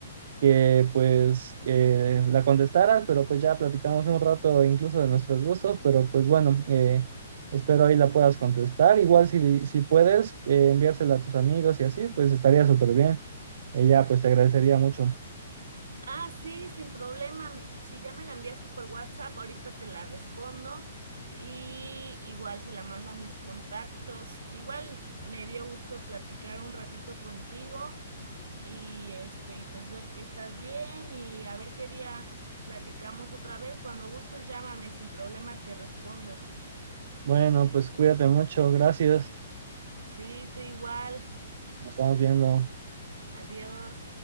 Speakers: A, on the right (about 60°); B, on the right (about 85°).
A: que pues que la contestaras, pero pues ya platicamos un rato incluso de nuestros gustos, pero pues bueno, eh, espero ahí la puedas contestar, igual si, si puedes eh, enviársela a tus amigos y así, pues estaría súper bien, ella pues te agradecería mucho.
B: Ah, sí, sin problema. Si ya me la enviaste por WhatsApp, ahorita te la respondo y igual se la mando a mis contactos. Igual me dio gusto platicar un ratito contigo y este, y pues ver que estás bien y a ver qué día platicamos otra vez. Cuando gustes, llámame, sin problema te respondo.
A: Bueno, pues cuídate mucho, gracias,
B: Sí, tú igual.
A: nos estamos viendo.
B: Adiós.